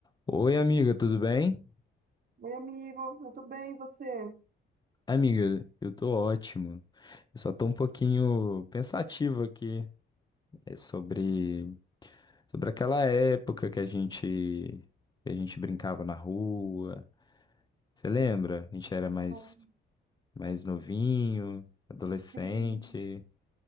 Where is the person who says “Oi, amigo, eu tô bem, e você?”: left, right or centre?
Right